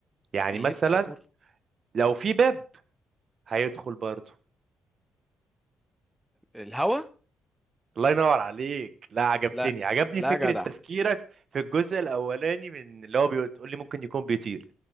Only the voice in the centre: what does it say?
بيدخل
الهوا
لا
لا
يا جدع